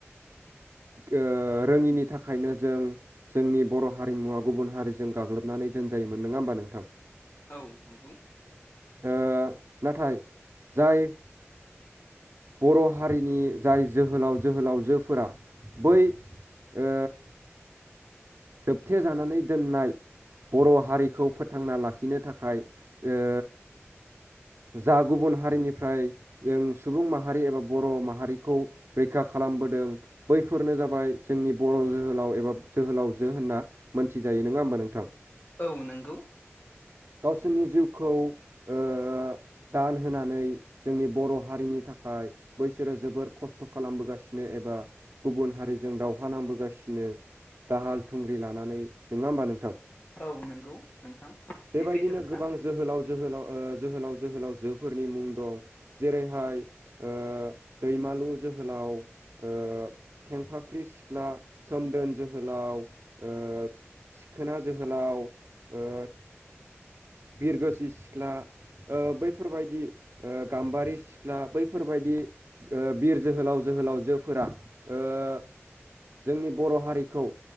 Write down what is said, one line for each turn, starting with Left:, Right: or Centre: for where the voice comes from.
Right: गो-रोङिनि थाखायनो जों जोंनि बर हारिमुवा गुबुन हारिजों गाग्लोबनानै दोनजायोमोन नङा होमबा नोंथां।
Left: औ नंगौ
Right: ओ-नाथाय जाय बर हारिनि जाय जोहोलाव जोहोलावजोफोरा। बै ओ जोबथे जानानै दोननाय। बर' हारिखौ फोथांना लाखिनो थाखाय ओ जा गुबुन हारिनिफ्राय जों सुबुं माहारि एबा बर' माहारिखौ रैखा खालामबोदों बैफोरनो जाबाय जोंनि बर' जोहोलाव एबा जोहोलाव जों होनना मोनथिजायो नङा होमबा नोंथां।
Left: औ नोंगौ।
Right: गावसोरनि जिउखौ ओ दान होनानै जोंनि बर' हारिनि थाखाय बैसोरो जोबोर खस्थ खालामबोगासिनो एबा गुबुन हारिजों दावहा नांबोगासिनो दाहाल थुंग्रि लानानै नङा होमबा नोंथां
Left: औ नंगौ नोंथां
Right: बेबायदिनो
Left: बे सैथो खोथा।
Right: गोबां जोहोलाव जोहोलाव ओ-जोहोलाव जोहोलावजोफोरनि मुं दं। जेरैहाय ओ-दैमालु जोहोलाव। ओ-खेंफाख्रि सिख्ला सोमदोन जोहोलाव। ओ-सिखोना जोहोलाव ओ बिरगोसि सिख्ला। ओ-बैफोरबायदि ओ-गाम्बारि सिख्ला बैफोरबायदि ओ-बिर जोहोलाव जोहोलावजोफोरा ओ-जोंनि बर हारिखौ।